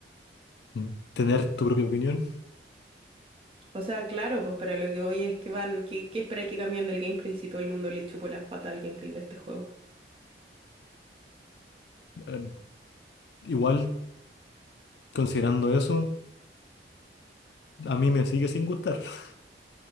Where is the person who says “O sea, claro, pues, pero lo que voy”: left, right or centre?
Right